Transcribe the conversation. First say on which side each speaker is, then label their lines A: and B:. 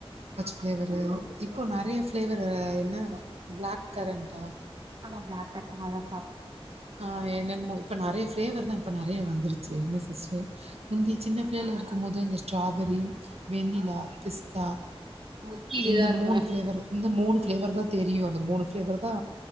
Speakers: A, on the right; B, on the right.
A: பிலேவரு இப்ப நெறைய ஃப்ளேவர் என்ன பிளாக் கரண்டா
B: ஆமா பிளாக் கரண்ட் அதா சாப்ட்டே
A: ஆ என்னன்மோ இப்ப நெறைய ஃபிளேவர்தா இப்ப நெறைய வந்துருச்சே என்ன சிஸ்டர் முந்தி சின்ன பிள்ளையில இருக்கும்போது அந்த ஸ்ட்ராபெரி வெண்ணிலா பிஸ்தா
B: மோஸ்ட்லி இதுதா
A: இந்த
B: இருக்கு
A: மூணு ஃபிளேவரு இந்த மூணு ஃப்ளேவர்தா தெரியு அந்த மூணு ஃப்ளேவர்தா